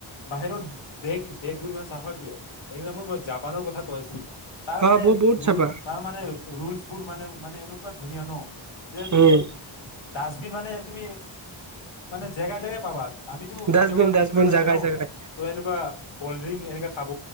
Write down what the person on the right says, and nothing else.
অ
বহ বহুত চাবা
উম
ডাষ্টবিন
ডাষ্টবিন
জাগাই
জাগাই